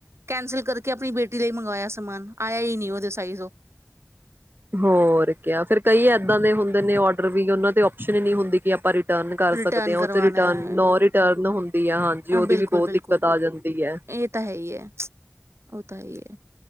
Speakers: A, on the right; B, on the right.
A: ਕੈਂਸਲ ਕਰਕੇ ਆਪਣੀ ਬੇਟੀ ਲਈ ਮੰਗਵਾਇਆ ਸਮਾਨ ਆਇਆ ਹੀ ਨਹੀਂ ਉਹਦੇ ਸਾਈਜ਼ ਉਹ
B: ਹੋਰ ਕਿਆ ਫਿਰ ਕਈ ਏਦਾਂ ਦੇ ਹੁੰਦੇ ਨੇ ਆਰਡਰ ਵੀ ਉਹਨਾਂ ਤੇ ਓਪਸ਼ਨ ਹੀ ਨਹੀਂੀ ਹੁੰਦੀ ਕਿ ਆਪਾਂ ਰਿਟਰਨ ਕਰ
A: ਰਿਟਰਨ
B: ਸਕਦੇ ਹਾਂ
A: ਕਰਵਾਣਾ
B: ਉਹ ਚ ਰਿਟਰਨ
A: ਹੈ
B: ਨੋ ਰਿਟਰਨ ਹੁੰਦੀ ਹੈ ਹਾਂਜੀ ਉਹਦੀ
A: ਹਾਂ ਬਿਲਕੁਲ
B: ਵੀ ਬਹੁਤ
A: ਬਿਲਕੁਲ
B: ਦਿੱਕਤ
A: ਬਿਲਕੁਲ
B: ਆ ਜਾਂਦੀ ਹੈ
A: ਇਹ ਤਾਂ ਹੈ ਹੀ ਹੈ ਉਹ ਤਾਂ ਹੀ ਹੈ